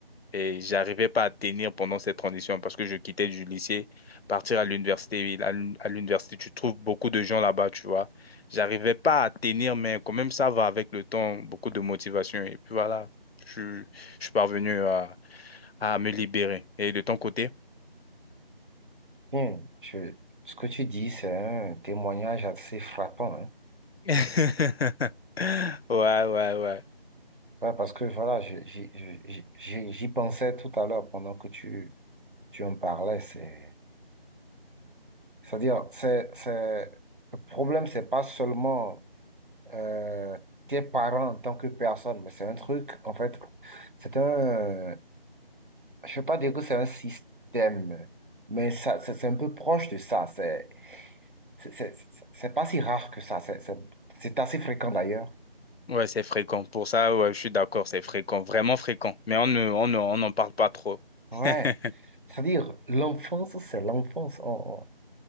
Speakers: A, on the left; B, on the right.
A: et j'arrivais pas à tenir pendant cette transition parce que je quittais du lycée, partir à l'université. Et là, À l'université, tu trouves beaucoup de gens là-bas, tu vois. J'arrivais pas à tenir, mais quand même ça va avec le temps, beaucoup de motivation et puis voilà, je, je suis parvenu à me libérer. Et de ton côté?
B: Hmm. Je- ce que tu dis, c'est un témoignage assez frappant. hein.
A: <laughs> Ouais, ouais, ouais.
B: Ouais, parce que voilà, je- j'y j'y- j'y- j'y pensais tout à l'heure pendant que tu, tu en parlais. C'est C'est-à-dire, c'est, c'est, le problème, c'est pas seulement euh, tes parents en tant que personne, mais c'est un truc, en fait, c'est un, je ne veux pas dire que c'est un système, mais ça, c'est c'est un peu proche de ça. C'est, c'est, c'est c'est pas si rare que ça. C'est c'est- c'est assez fréquent d'ailleurs.
A: Ouais, c'est fréquent. Pour ça, ouais, je suis d'accord, c'est fréquent, vraiment fréquent. Mais on ne, on ne- on n'en parle pas trop.
B: Ouais.
A: <laughs>
B: C'est-à-dire, l'enfance, c'est l'enfance. On- on-